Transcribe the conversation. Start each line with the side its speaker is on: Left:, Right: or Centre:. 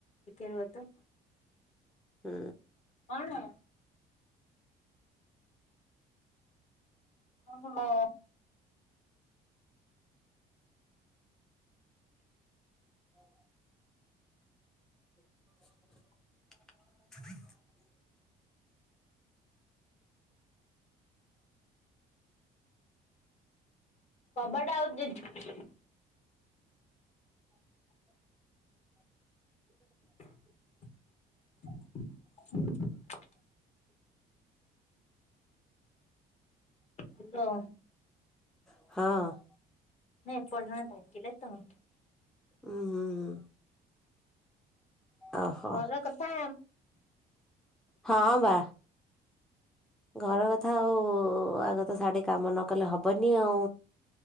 Left: ହୁଏ ତ
Centre: ହଁ।
Left: କଣ? ଓହୋ।
Centre: ହ <inaudible>
Left: କବାଟ ଆଉଜି ଦେଇଚି।
Centre: <inaudible>
Left: <inaudible> ହ୍ୟାଲୋ।
Centre: ହଁ।
Left: ନାଇଁ, ଏପଟେ ଜଣେ ଡାକିଲେ ତ ମୋତେ।
Centre: ଉଁ ହୁଁ ହୁଁ। ଓହୋ
Left: ଘର କଥା।
Centre: ହଁ ବା ଘର କଥା ଆଉ। ଆଗ ତ ସାଡେ କାମ ନ କଲେ ହବନି ଆଉ।